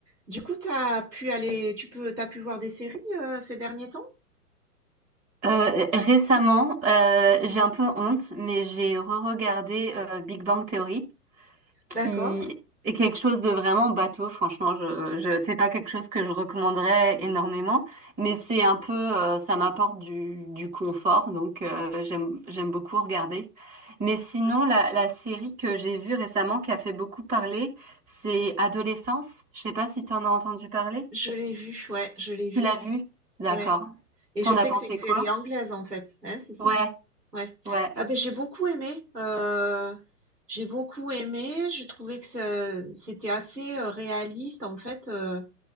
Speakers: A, on the right; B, on the right.
A: Du coup, t'as pu aller, tu peux, t'as pu voir des séries euh, ces derniers temps?
B: Euh, récemment, euh, j'ai un peu honte, mais j'ai re-regardé euh, Big Bang Theory, qui
A: D'accord.
B: est quelque chose de vraiment bateau. Franchement, je, je, c'est pas quelque chose que je recommanderais énormément, mais c'est un peu, euh, ça m'apporte du, du confort, donc euh, j'aime, j'aime beaucoup regarder. Mais sinon,
A: Ouais.
B: la, la série que j'ai vue récemment qui a fait beaucoup parler, c'est Adolescence. Je sais pas si tu en as entendu parler.
A: Je l'ai vu, ouais, je l'ai vu,
B: Tu l'as vue? D'accord.
A: ouais. Et
B: T'en
A: je sais
B: as pensé
A: que c'est une série
B: quoi?
A: anglaise en fait, hein, c'est ça?
B: Ouais.
A: Ouais.
B: Ouais.
A: Ah ben j'ai beaucoup aimé, euh, j'ai beaucoup aimé. J'ai trouvé que ça- c'était assez euh, réaliste en fait, euh,